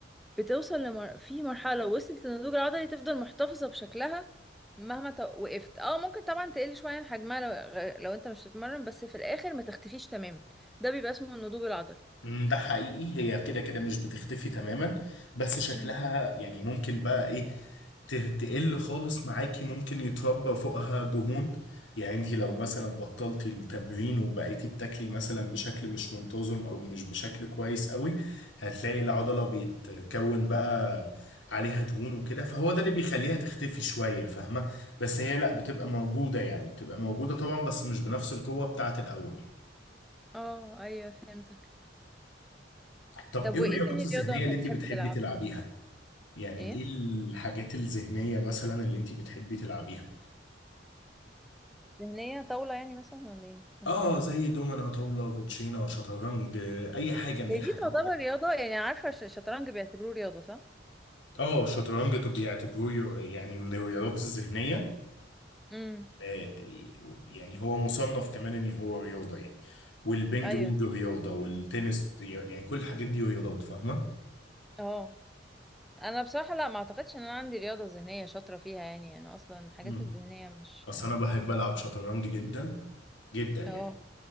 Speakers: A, in the centre; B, on the left (about 85°).
A: بتوصل لمر... في مرحلة لو وصلت للنضوج العضلي تفضل محتفظة بشكلها مهما ت... وقفت اه ممكن طبعا تقل شوية عن حجمها لو... لو انت مش بتتمرن بس في الاخر ما تختفيش تماما ده بيبقى اسمه النضوج العضلي
B: مم، ده حقيقي هي كده كده مش بتختفي تماما بس شكلها
A: امم
B: يعني ممكن بقى ايه ت- تقل خالص معاكي ممكن يتربى فوقها دهون يعني انت لو
A: امم
B: مثلا بطلتي التمرين وبقيتي بتاكلي مثلا بشكل مش منتظم او مش بشكل كويس قوي هتلاقي العضلة بيتكون بقى عليها دهون وكده فهو ده اللي بيخليها تختفي شوية فاهمة بس هي لا بتبقى موجودة يعني بتبقى موجودة طبعا بس مش بنفس القوة بتاعت الأول يعني.
A: اه ايوه فهمتك
B: طب
A: طب
B: ايه
A: وايه
B: الرياضات
A: تاني
B: الذهنية
A: رياضة انت
B: اللي
A: بتحب
B: انت بتحبي
A: تلعب
B: تلعبيها؟ يعني
A: ايه
B: ايه الحاجات الذهنية مثلا اللي انت بتحبي تلعبيها؟
A: ذهنية طاولة يعني مثلا ولا ايه مش
B: اه
A: فاهم
B: زي دومنا طاولة كوتشينة شطرنج آه، اي حاجة من
A: هي
B: الحاجات
A: دي تعتبر
B: دي
A: رياضة يعني عارفة الش- الشطرنج بيعتبروه رياضة صح
B: اه شطرنج طب بيعتبروه يعني من الرياضات الذهنية
A: امم
B: آه، يعني هو مصنف كمان ان هو رياضة يعني والبينج
A: ايوه
B: بونج
A: صح.
B: رياضة والتنس يعني كل الحاجات دي رياضات فاهمة؟
A: اه انا بصراحة لا ما اعتقدش ان انا عندي رياضة ذهنية شاطرة فيها يعني انا اصلا الحاجات
B: امم
A: الذهنية مش
B: اصل انا بحب العب شطرنج جدا جدا يعني
A: اه